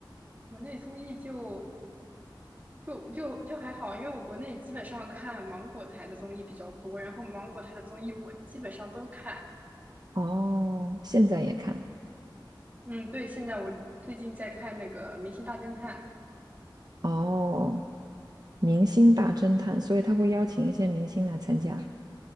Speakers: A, on the right; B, on the right.
A: 国内综艺就就就就还好，因为我国内基本上看芒果台的综艺比较多，然后芒果台的综艺我基本上都看。
B: 哦，现在也看。
A: 嗯，对，现在我最近在看那个《明星大侦探》，
B: 哦，明星大侦探，所以他会邀请一些明星来参加。